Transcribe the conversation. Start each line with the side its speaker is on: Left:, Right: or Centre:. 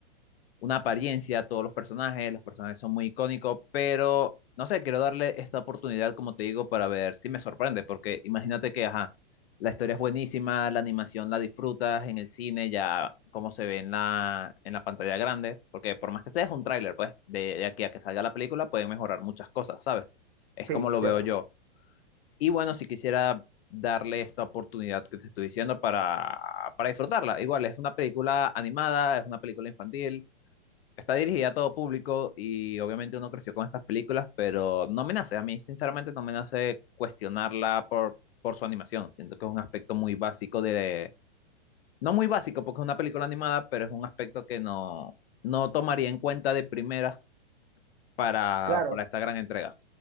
Left: una apariencia todos los personajes, los personajes son muy icónicos, pero no sé, quiero darle esta oportunidad, como te digo, para ver si me sorprende, porque imagínate que, ajá, la historia es buenísima, la animación la disfrutas en el cine, ya como se ve en la, en la pantalla grande, porque por más que sea es un tráiler, pues, de, de aquí a que salga la película pueden mejorar muchas cosas, ¿sabes? Es
Right: sí,
Left: como lo
Right: cierto.
Left: veo yo. Y bueno, si quisiera darle esta oportunidad que te estoy diciendo para, para disfrutarla. Igual, es una película animada, es una película infantil, Está dirigida a todo público y obviamente uno creció con estas películas, pero no me nace, a mí sinceramente no me nace cuestionarla por, por su animación. Siento que es un aspecto muy básico de... No muy básico porque es una película animada, pero es un aspecto que no, no tomaría en cuenta de primera para,
Right: Claro,
Left: para esta gran entrega.